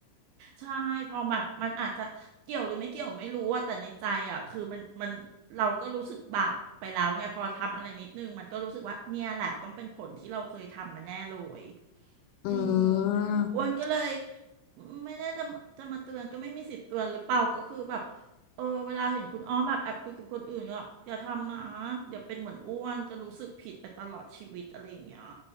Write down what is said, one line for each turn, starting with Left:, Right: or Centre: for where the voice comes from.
Right: ใช่พอแบบมันอาจจะเกี่ยวหรือไม่เกี่ยวไม่รู้ว่าแต่ในใจอ่ะคือมันมันเราก็รู้สึกบาปไปแล้วไงพอทำอะไรนิดนึงมันก็รู้สึกว่าเนี่ยแหละต้องเป็นผลที่เราเคยทำมาแน่เลย
Left: อืม
Right: อืมอ้วนก็เลยไม่ได้จะจะมาเตือนก็ไม่มีสิทธิ์เตือนหรือเปล่าก็คือแบบเออเวลาเห็นคุณอ้อมแบบแอบคุยกับคนอื่นก็อย่าทำนะเดี๋ยวเป็นเหมือนอ้วนจะรู้สึกผิดไปตลอดชีวิตอะไรอย่างเงี้ย